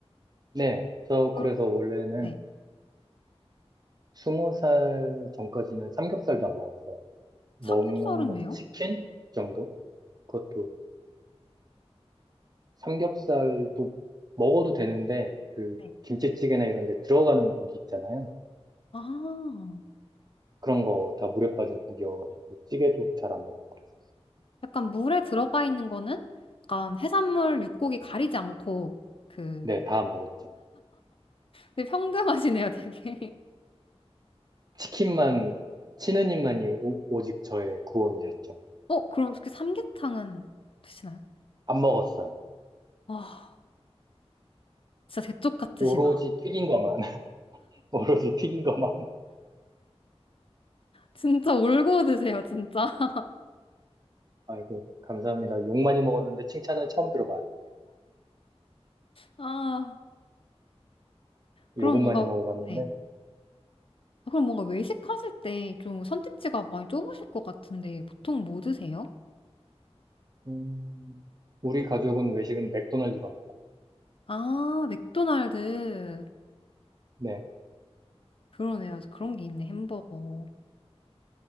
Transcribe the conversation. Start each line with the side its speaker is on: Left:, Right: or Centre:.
Right: 네, 저
Left: 그-
Right: 그래서 원래는
Left: 네.
Right: 20살 전까지는 삼겹살도 안 먹었어요. 먹는
Left: 삼겹살은
Right: 건
Left: 왜요?
Right: 치킨 정도? 그것도 삼겹살도 먹어도 되는데, 그
Left: 네.
Right: 김치찌개나 이런 데 들어가는 고기 있잖아요.
Left: 아.
Right: 그런 거 다 물에 빠진 고기여가지고, 찌개도 잘 안 먹고 그랬어요.
Left: 약간 물에 들어가 있는 거는 약간 해산물, 육고기 가리지 않고 그
Right: 네, 다 안 먹었죠.
Left: 되게 평등하시네요, 되게.
Right: 치킨만, 치느님만이 오, 오직 저의 구원이셨죠.
Left: <laughs> 어, 그럼 그 삼계탕은 드시나요?
Right: 안 먹었어요.
Left: 아, 진짜 대쪽 같으시다.
Right: 오로지 튀긴 것만. 오로지 튀긴 것만.
Left: 진짜 울고 드세요, 진짜. <laughs>
Right: 아이고, 감사합니다. 욕 많이 먹었는데 칭찬은 처음 들어봐요.
Left: 아, 그럼
Right: 욕은
Left: 뭔가
Right: 많이 먹어봤는데.
Left: 네. 아, 그럼 뭔가 외식하실 때 좀 선택지가 많이 좁으실 것 같은데 보통 뭐 드세요?
Right: 음, 우리 가족은 외식은 맥도날드 갑니다.
Left: 아, 맥도날드.
Right: 네.
Left: 그러네요. 그런 게 있네, 햄버거.